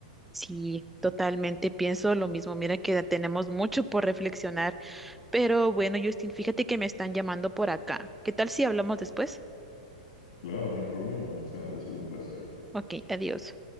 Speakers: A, in the centre; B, on the left (about 70°).
A: Sí, totalmente pienso lo mismo. Mira que tenemos mucho por reflexionar. Pero bueno, Justin, fíjate que me están llamando por acá. ¿Qué tal si hablamos después?
B: Claro, no hay problema, Alexandra, ha sido un placer.
A: Ok, adiós.